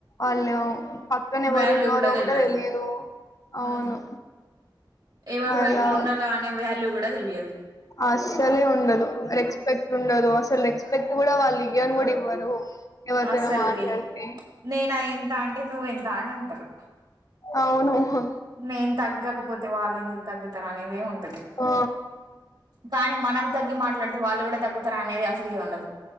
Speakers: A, on the left; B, on the right.
A: అళ్ళా పక్కన ఎవరున్నారో
B: వాల్యూ కూడా తెలవదు
A: కూడ తెలియదు అవును
B: హుహు. ఎవరితో
A: అలా
B: ఎట్లా ఉండాలా అనే వాల్యూ కూడా తెలియదు
A: అసలే ఉండదు రెస్పెక్ట్ ఉండదు అసలు రెస్పెక్ పెట్టి కూడా వాళ్ళు ఇయ్యన్ కూడా ఇవ్వరు ఎవరితోనో
B: అసలుకే
A: మాట్లాడితే
B: నేను ఎంత అంటే నువ్వ ఎంత అని అంటారు
A: అవును హ్
B: నేన్ తగ్గక పోతే వాళ్ళు ఎందుకు తగ్గుతారు అనేదే ఉంటది.
A: ఆ
B: కానీ మనం తగ్గి మాట్లాడితే వాళ్ళు కూడా తగ్గుతారు అనేది అస్ అసలుకే ఉండదు